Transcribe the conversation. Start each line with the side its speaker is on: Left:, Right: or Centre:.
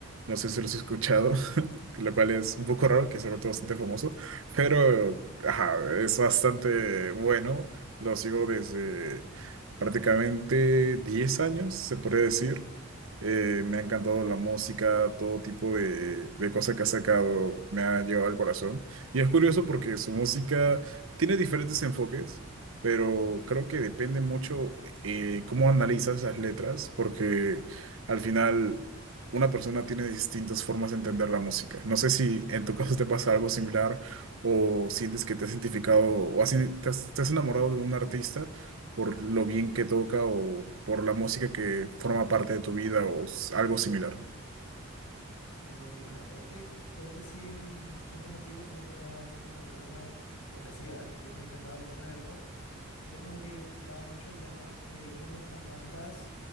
Right: No sé si lo has escuchado. <laughs> lo cual es un poco raro, que se ha vuelto bastante famoso, pero ajá, es bastante bueno. Lo sigo desde prácticamente 10 años, se puede decir. Eh, me ha encantado la música, todo tipo de, de cosas que ha sacado, me ha llevado al corazón. Y es curioso porque su música tiene diferentes enfoques, pero creo que depende mucho eh, cómo analizas las letras, porque al final una persona tiene distintas formas de entender la música. No sé si en tu caso te pasa algo similar o sientes que te has identificado o has in- te has, te has enamorado de un artista por lo bien que toca o por la música que forma parte de tu vida o s- algo similar.
Left: Eh, mira, la verdad que creo que sí en mis tiempos antiguos sí me pasaba bastante con el tema de, como te decía, yo me encantaba el tema del rock y era como que identificaba mucho el tema de cómo estas bandas